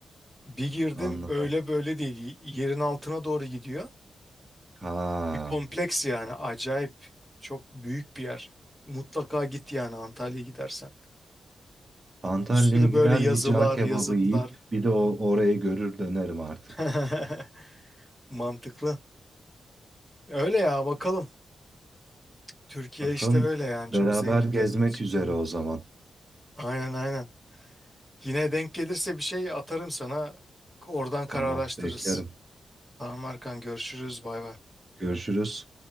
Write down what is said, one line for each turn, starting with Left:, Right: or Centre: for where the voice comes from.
Centre: Bir girdim
Right: Anladım.
Centre: öyle böyle değil. Yerin altına doğru gidiyor.
Right: Ha.
Centre: Bir kompleks yani acayip. Çok büyük bir yer. Mutlaka git yani Antalya'ya gidersen.
Right: Antalya'ya
Centre: Bir sürü
Right: gider
Centre: böyle yazılar,
Right: bir cağ kebabı
Centre: yazıtlar.
Right: yiyip bir de o orayı görür dönerim artık.
Centre: <laughs> Mantıklı. Öyle ya bakalım. Türkiye
Right: Bakalım
Centre: işte öyle yani çok
Right: beraber
Centre: zengin
Right: gezmek
Centre: gezmek için.
Right: üzere o zaman.
Centre: Aynen aynen. Yine denk gelirse bir şey atarım sana. Oradan kararlaştırırız.
Right: Tamam, beklerim.
Centre: Tamam Erkan görüşürüz. Bay bay.
Right: Görüşürüz.